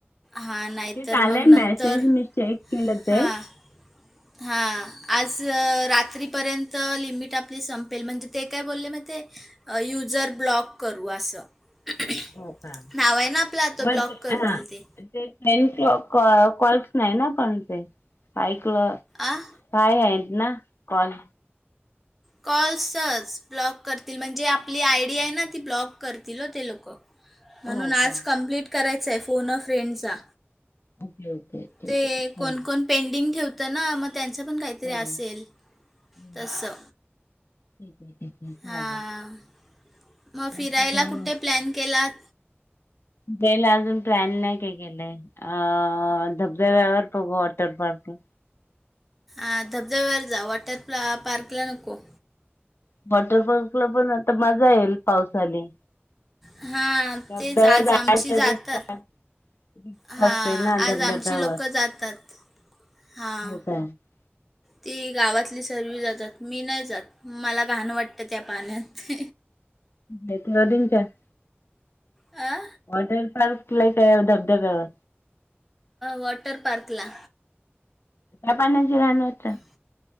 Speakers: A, in the centre; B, on the left.
A: हां, नाहीतर
B: तेच आलंय
A: मग
B: मेसेज,
A: नंतर
B: मी चेक केलं ते.
A: हां. हां. आज रात्रीपर्यंत लिमिट आपली संपेल, म्हणजे ते काय बोलले माहित आहे अं युजर ब्लॉक करू असं. <unintelligible>
B: हो का?
A: नाव आहे ना आपलं, तो
B: बट
A: ब्लॉक करतील
B: हा
A: ते.
B: टेन क्लॉक कॉल्स नाही ना पण ते, ऐकलं
A: आह
B: काय आहेत ना कॉल.
A: कॉल्सच ब्लॉक करतील, म्हणजे आपली आयडी आहे ना ती ब्लॉक करतील हो ते लोकं. म्हणून
B: हो
A: आज
B: का
A: कम्प्लीट करायचंय, फोन अ फ्रेंडचा.
B: Okay okay. ठीक
A: ते
B: आहे.
A: कोणकोण
B: हम्म.
A: पेंडिंग ठेवतं ना, मग त्यांचंपण काहीतरी
B: हम्म.
A: असेल.
B: हम्म
A: तसं
B: ठीक आहे ठीक आहे चालेल
A: हां. म फिरायला
B: बाकी काय
A: कुठे प्लॅन केलात?
B: फिरायला अजून प्लॅन नाही काय केेलंय. अ धबधब्यावर बघू वॉटर पार्कला.
A: आ धबधब्यावर जा वॉटर <unintelligible> पार्कला नको.
B: वॉटरफॉल्सला पण आता मजा येईल पावसाने.
A: हां
B: धबधब्यावर
A: तेच आज
B: जाणा
A: आमची
B: तरी
A: जातात
B: <inaudible>
A: हां
B: असते ना धबधब्यावर
A: आज आमची लोक जातात हां
B: हो काय <unintelligible>
A: ती गावातली सगळी जातात मी नाही जात मला घाण वाटत त्या पाण्यात
B: त्याला दीना च्या <unintelligible>
A: आ
B: वॉटर पार्क ला काय धबधब्यावर
A: वॉटरपार्कला
B: या पाण्याची घाण नहीत
A: हं